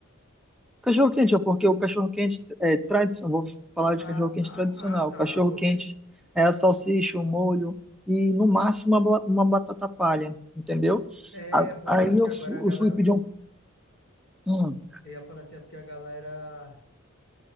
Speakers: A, in the centre; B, on the left (about 55°).
A: Cachorro quente, ó, porque o cachorro quente é tradicional, vou falar
B: Ah,
A: de cachorro quente
B: ah,
A: tradicional.
B: ah, tá.
A: O Cachorro
B: Porque
A: quente é a salsicha, o molho e no máximo uma, ba- uma batata palha, entendeu?
B: é
A: A-
B: por
A: Aí
B: causa
A: eu,
B: que agora
A: fu-
B: a galera.
A: eu fui pedir um. hum,
B: Eu ia falar assim, é porque a galera.